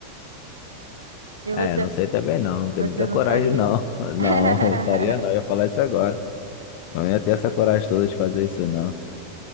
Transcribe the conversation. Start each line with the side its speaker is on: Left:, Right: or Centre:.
Right: E
Left: É,
Right: você,
Left: não sei também não, não tem
Right: você
Left: muita
Right: não
Left: coragem
Right: faria?
Left: não. <laughs> Não,
Right: <laughs>
Left: eu faria não, eu ia falar isso agora. Não ia ter essa coragem toda de fazer isso não.